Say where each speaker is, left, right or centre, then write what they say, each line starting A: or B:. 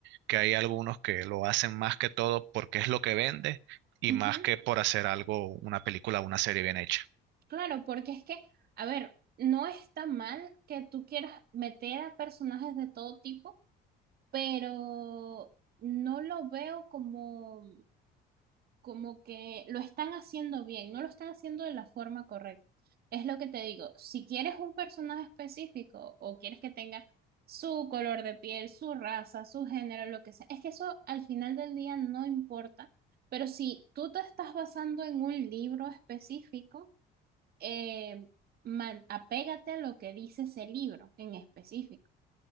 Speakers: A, on the right; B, on the right.
A: que hay algunos que lo hacen más que todo porque es lo que vende y
B: ujú.
A: más que por hacer algo, una película o una serie bien hecha.
B: Claro, porque es que, a ver, no está mal que tú quieras meter a personajes de todo tipo, pero no lo veo como, como que lo están haciendo bien, no lo están haciendo de la forma correcta. Es lo que te digo, si quieres un personaje específico o quieres que tenga su color de piel, su raza, su género, lo que sea, es que eso al final del día no importa, pero si tú te estás basando en un libro específico, eh, man- apégate a lo que dice ese libro en específico.